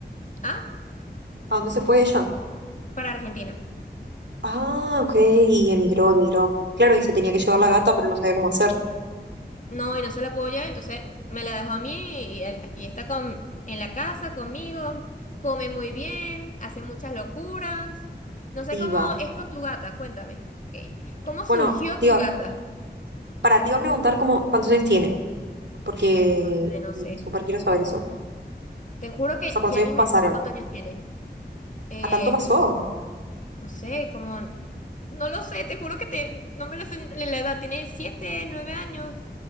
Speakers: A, on the left; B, on the right.
A: Ah,
B: ¿A dónde se fue ella?
A: para Argentina.
B: Ah, ok, y emigró, emigró. Claro, y se tenía que llevar la gata, pero no sabía cómo hacer.
A: No, y no se la puedo llevar, entonces me la dejó a mí y él- aquí está con, en la casa conmigo, come muy bien, hace muchas locuras. No sé
B: Diva.
A: cómo es con tu gata, cuéntame. ¿qué- ¿Cómo
B: Bueno,
A: surgió
B: diva,
A: tu gata?
B: para, te iba a preguntar cómo, cuántos años tiene, porque
A: Ay, cónchale, no sé.
B: mm, súper quiero saber eso.
A: Te juro que
B: O sea, cuántos
A: ya ni
B: años
A: me
B: pasaron.
A: acuerdo cuántos años tiene. Eh,
B: ¿A tanto pasó?
A: no sé, como... No lo sé, te juro que te, no me lo sé en la edad. Tiene siete, nueve años,